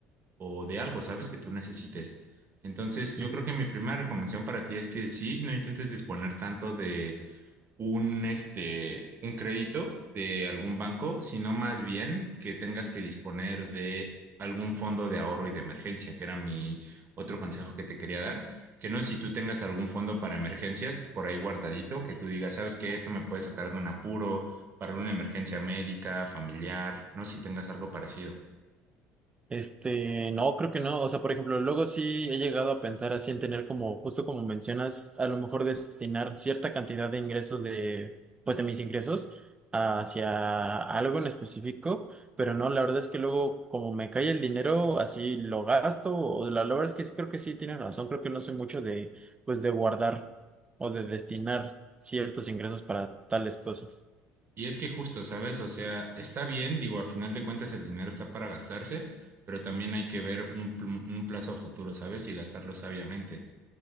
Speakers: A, on the right; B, on the right.
A: o de algo, ¿sabes? Que tú necesites. Entonces, yo
B: Ujú.
A: creo que mi primera recomendación para ti es que sí, no intentes disponer tanto de un, este, un crédito de algún banco, sino más bien que tengas que disponer de algún fondo de ahorro y de emergencia, que era mi otro consejo que te quería dar, que no sé si tú tengas algún fondo para emergencias por ahí guardadito, que tú digas, sabes que esto me puede sacar de un apuro para una emergencia médica, familiar, no sé si tengas algo parecido.
B: Este, no, creo que no. O sea, por ejemplo, luego sí he llegado a pensar así en tener como, justo como mencionas, a lo mejor destinar cierta cantidad de ingresos de, pues de mis ingresos hacia algo en específico, pero no, la verdad es que luego como me cae el dinero, así lo gasto, o la, la verdad es que sí, creo que sí tienes razón, creo que no soy mucho de, pues de guardar o de destinar ciertos ingresos para tales cosas.
A: Y es que justo, ¿sabes? O sea, está bien, digo, al final de cuentas el dinero está para gastarse, pero también hay que ver un, pl- un plazo a futuro, ¿sabes? Y gastarlo sabiamente.